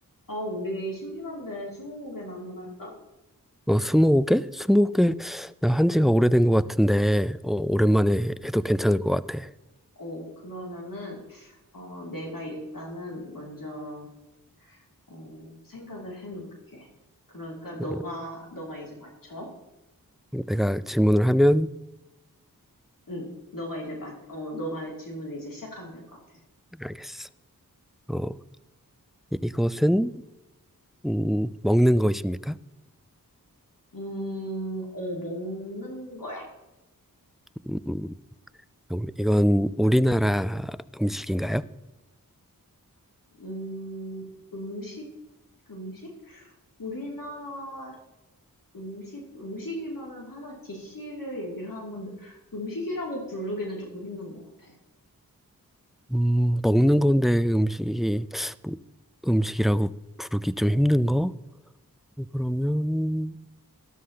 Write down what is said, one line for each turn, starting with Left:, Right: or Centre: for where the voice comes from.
Left: 아, 우리 심심한데 스무고개나 한번 할까?
Centre: 어, 스무 개? 스무 개, 나 한 지가 오래된 것 같은데, 어, 오랜만에 해도 괜찮을 것 같아.
Left: 어, 그러면은, 어, 내가 일단은 먼저, 어, 생각을 해놓을게. 그러니까 너가,
Centre: 음,
Left: 너가 이제 맞춰?
Centre: 내가 질문을 하면,
Left: 응, 너가 이제 맞, 어, 너가 질문을 이제 시작하면 될 것 같아.
Centre: 알겠어. 어, 이것은, 음, 먹는 것입니까?
Left: 음, 어, 먹는 거야.
Centre: 음, 그럼 이건 우리나라 음식인가요?
Left: 음, 음식, 음식? 우리나라 음식, 음식이면은 하나 디 c 를 얘기를 하는 건데, 음식이라고 부르기는 조금 힘든 것 같아.
Centre: 음, 먹는 건데 음식이, 뭐, 음식이라고 부르기 좀 힘든 거? 그러면,